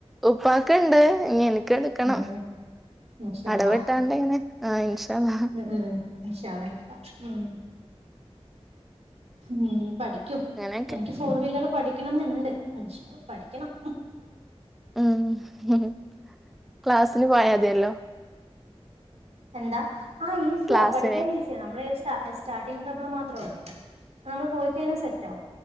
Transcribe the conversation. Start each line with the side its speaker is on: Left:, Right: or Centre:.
Centre: ഉപ്പാക്ക് ഇണ്ട് ഇനി എനിക്ക് എടുക്കണം
Right: ഉണ്ടല്ലേ ഇൻഷാ
Centre: അടവിട്ടാണ്ട്
Right: അള്ളാ
Centre: ഇങ്ങനെ ആഹ് ഇൻഷാ അല്ലാഹ്
Right: ഉം ഉം ഇൻഷാ അള്ളാ എടുക്കാം ഉം ഉം പഠിക്കും
Centre: അങ്ങനെയൊക്കെ
Right: എനിക്ക് ഫോർ വീലർ പഠിക്കണന്നുണ്ട് പഠിക്കണം
Centre: ആഹ് ക്ലാസിന് പോയാ മതിയല്ലോ
Right: എന്താ ആഹ് ഈസിയാ
Centre: ക്ലാസ്സിന്
Right: പഠിക്കാൻ ഈസിയാ നമ്മള് സ്റ്റാ സ്റ്റാർട്ടിംഗ്ട്രബിൾ മാത്രേ ഉള്ളൂ ആഹ് നമ്മള് പോയിക്കഴിഞ്ഞാൽ സെറ്റാ ആകും